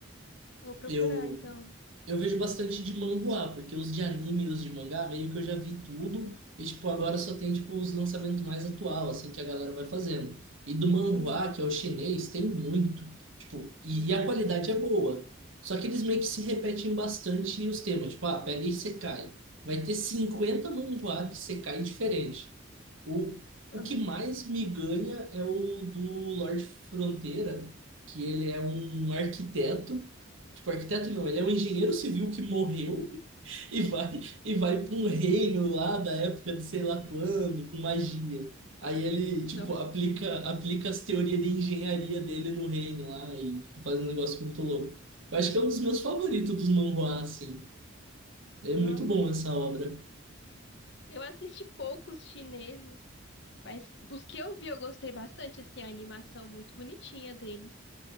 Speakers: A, on the left (about 60°); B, on the right (about 70°).
A: Vou procurar
B: eu
A: então.
B: eu vejo bastante de manhwa, porque os de anime e os de mangá, meio que eu já vi tudo, e tipo, agora só tem tipo os lançamentos mais atual, assim, que a galera vai fazendo. E do manhwa,
A: Uhum.
B: que é o chinês, tem muito. Tipo, e,
A: Uhum.
B: e a qualidade é boa. Só que eles meio que se repetem bastante os temas, tipo, ah, pega e secai. Vai ter 50 manhwa de secai diferente. O, o
A: Aham.
B: que mais me ganha é o do Lorde Fronteira, que ele é um arquiteto Tipo, arquiteto não, ele é um engenheiro civil que morreu e vai e vai para um reino lá da época de sei lá quando, com magia. Aí ele,
A: <laughs>
B: tipo,
A: Nossa.
B: aplica aplica as teorias de engenharia dele no reino lá e tipo, faz um negócio muito louco. Eu acho que é um dos meus
A: Aham.
B: favoritos dos manhwa, assim. É
A: Nossa.
B: muito bom essa obra.
A: Eu assisti poucos chineses, mas dos que eu vi eu gostei bastante, assim, a animação muito bonitinha deles.